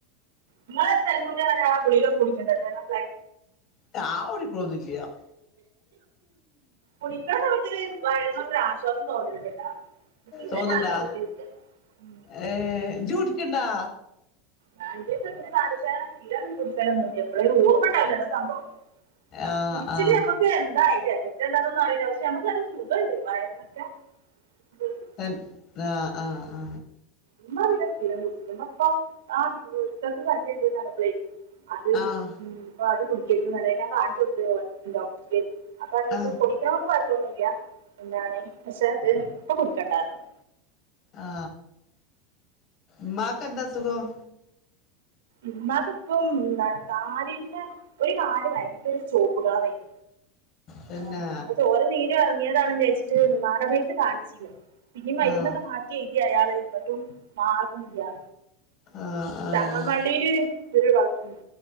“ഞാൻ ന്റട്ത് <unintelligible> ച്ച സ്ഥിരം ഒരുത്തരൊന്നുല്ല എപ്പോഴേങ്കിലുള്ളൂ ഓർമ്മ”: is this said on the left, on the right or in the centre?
Right